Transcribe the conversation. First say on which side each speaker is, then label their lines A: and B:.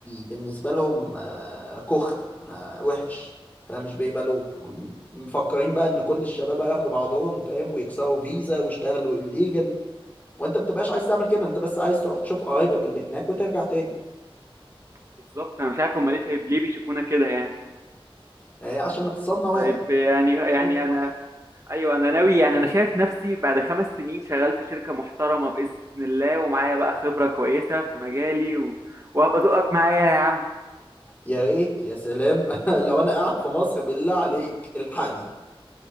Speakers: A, on the left; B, on the right.
A: بالنسبة لهم آه، كخة آه، وحش فمش بيقبلوه مفكرين بقى إن كل الشباب هياخدوا بعضهم فاهم ويكسروا فيزا ويشتغلوا الليجل وأنت بتبقاش عايز تعمل كده أنت بس عايز تروح تشوف قرايبك اللي هناك وترجع تاني
B: بالظبط انا مش عارف هم ليه شايف ليه بيشوفونا كده يعني
A: آه، عشان اقتصادنا واقع
B: طيب يعني يعني
A: اقتصادنا
B: انا
A: واقع.
B: ايوه انا ناوي يعني انا شايف نفسي بعد خمس سنين شغال في شركه محترمه باذن الله ومعايا بقى خبره كويسه في مجالي و... وهبقى ذوقك معايا يا عم
A: يا ريت يا سلام <laughs> لو أنا قاعد في مصر بالله عليك الحقني